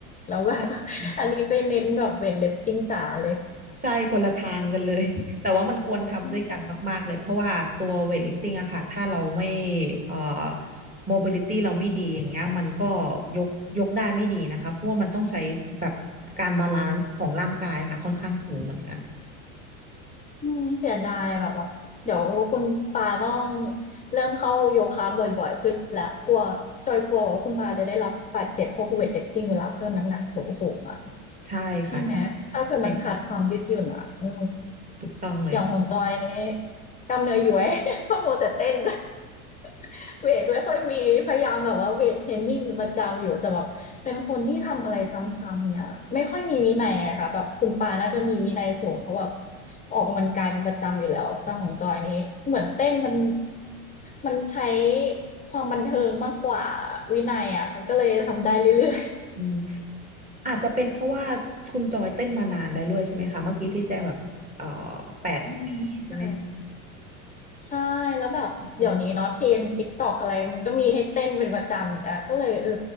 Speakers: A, on the left; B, on the right.
A: แล้วแบบ
B: ใช่
A: <laughs> อันนี้ไปเน้นแบบเวตลิฟติ้งจ๋าเลย
B: ใช่คนละทางกันเลย <laughs> แต่ว่ามันควรทำด้วยกันมากๆเลยเพราะว่าตัวเวทลิฟติ้งอะค่ะถ้าเราไม่
A: อืม
B: เอ่อโมบิลิตี้เราไม่ดีอย่างเงี้ยมันก็ยกยกได้ไม่ดีนะคะเพราะว่ามันต้องใช้แบบการบาลานซ์ของร่างกายค่ะค่อนข้างสูงเหมือนกัน
A: อืมเสียดายแบบแบบเดี๋ยวคุณปาต้องเริ่มเข้าโยคะบ่อยๆขึ้นแล้วกลัวจอยกลัวว่าคุณปาจะได้รับบาดเจ็บพวกเวตลิฟติ้งเวลาเพิ่มน้ำหนักสูงๆอะ
B: ใช่ค่ะใช่ใช่
A: ใช่ไหมถ้าเกิดมันขาดความยืดหยุ่นอ่ะเออ
B: ถูกต้องเลยค่ะ
A: อย่างของจอยนี่กล้ามเนื้อย้วย <laughs> เพราะมัวแต่เต้น <laughs> เวทไม่ค่อยมีพยายามแบบว่าเวทเทรนนิ่งเป็นประจำอยู่แต่แบบเป็นคนที่ทำอะไรซ้ำๆเนี่ยไม่ค่อยมีวินัยอะค่ะแบบคุณปาน่าจะมีวินัยสูงเพราะแบบออกกำลังกายเป็นประจำอยู่แล้วแต่ของจอยนี่เหมือนเต้นมันมันใช้ความบันเทิงมากกว่าวินัยอะมันก็เลยทำได้เรื่อย
B: อืมอาจจะเป็นเพราะว่าคุณจอยเต้นมานานแล้วด้วยใช่ไหมคะเมื่อกี้ที่แจ้งแบบเอ่อแปดปีใช่ไหม
A: ๆอืมใช่ ใช่แล้วแบบเดี๋ยวนี้เนาะเทรน
B: อืม
A: n d TikTok อะไรมันก็มีให้เต้นเป็นประจำอีกอะก็เลยเออ